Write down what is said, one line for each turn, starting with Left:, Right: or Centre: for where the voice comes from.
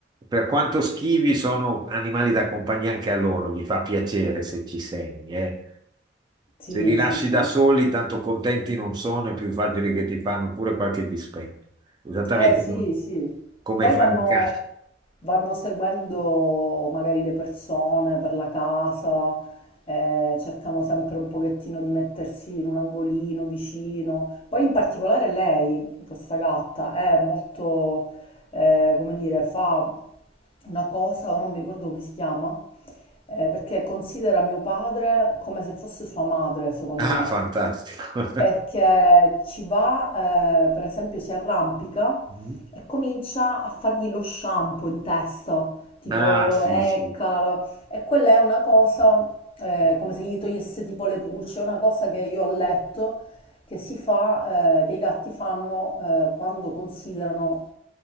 Right: per quanto schivi, sono animali da compagnia anche a loro, gli fa piacere se ci sei, eh.
Left: Sì,
Right: Se li lasci
Left: sì, sì.
Right: da soli, tanto contenti non sono, è più facile che ti fanno pure qualche dispetto, esattamente
Left: Eh sì,
Right: come,
Left: sì.
Right: come
Left: Poi
Right: fanno
Left: vanno,
Right: i cani.
Left: vanno seguendo magari le persone per la casa, eh, cercano sempre un pochettino di mettersi in un angolino vicino. Poi in particolare lei, questa gatta, è molto, eh, come dire, fa una cosa, ora non mi ricordo come si chiama, eh, perché considera mio padre come se fosse sua madre, secondo
Right: Ah,
Left: me
Right: fantastico.
Left: perché ci va, eh, per esempio, si arrampica
Right: <laughs>
Left: e comincia a fargli lo shampoo in testa, tipo
Right: Ah,
Left: lo
Right: sì,
Left: lecca,
Right: sì,
Left: lo- e quella è una cosa, eh, come se gli togliesse tipo le pulce, è una cosa che io ho letto che si fa, eh, che i gatti fanno eh, quando considerano